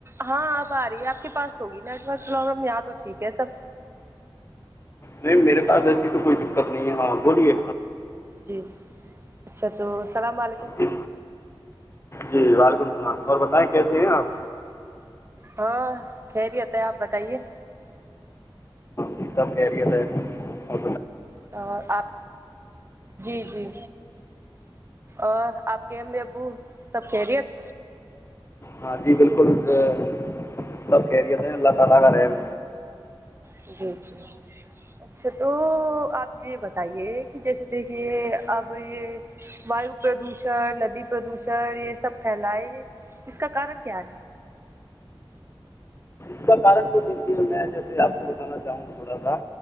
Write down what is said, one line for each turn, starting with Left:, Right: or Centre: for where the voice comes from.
Right: ہاں اب آ رہی ہے آپ کے پاس ہوگی نیٹورک پروابلم یہاں تو ٹھیک ہے سب
Left: نہیںی میرے پاس ایسی تو کوئی دقت نہیں ہے ہاں بولیے
Right: جی اچھا تو السلام علیکم
Left: جی جی وعلیکم السلام اور بتائیں کیسے ہیں آپ
Right: ہاں کہہریی ہوتا ہے آپ بتائیے
Left: سیتاب کہہ رہی تھے ہو
Right: تو آپ جی جی اور آپ کے ابو سب خریت
Left: ہاں جی بالکل سب خیریت ہیں اللہ تعالی کا رھم
Right: جی جی اچھا تو آپ یہ بتائیے کہ جیسے دیکھیے اب یہ وایو پردوشن ندی پردوشن یہ سب پھیل ہے اس کا کارن کیا ہے
Left: اس کا کارن تو دی میں جیسے آپ کو بتانا چاہوں گا تھوڑا سا